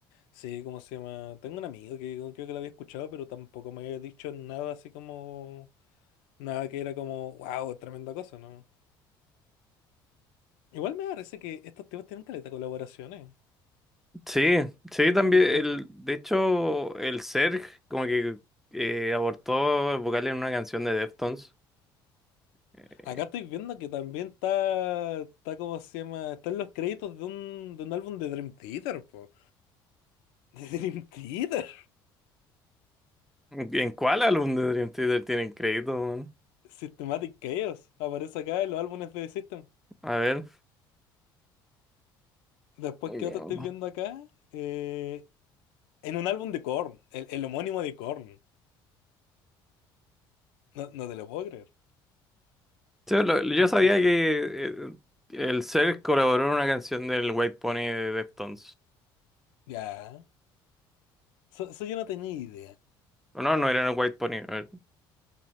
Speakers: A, on the left (about 80°); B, in the centre.
A: sí, ¿cómo se llama? Tengo un amigo que creo que lo había escuchado, pero tampoco me había dicho nada así como, nada que era como, wow, tremenda cosa, ¿no? Igual me parece que estos temas tienen caleta de colaboraciones.
B: Sí, sí, también.
A: Por ejemplo,
B: El, de hecho, el Serj como que eh, abortó el vocal en una canción de Deftones. Eh,
A: acá estoy viendo que también está, está, ¿cómo se llama? Están los créditos de un, de un álbum de Dream Theater, po. De Dream Theater.
B: ¿En cuál álbum de Dream Theater tienen crédito? weón?
A: Systematic Chaos. Aparece acá en los álbumes de The System.
B: A ver.
A: Después,
B: Eh,
A: ¿qué otro estoy viendo acá? Eh, en un álbum de Korn. El, el homónimo de Korn. No, no te lo puedo creer.
B: sí, lo- yo
A: Este,
B: sabía que eh, el Serj colaboró en una canción del White Pony de Deftones.
A: ya. So- Eso yo no tenía idea.
B: O No, no era en el White Pony. a ver.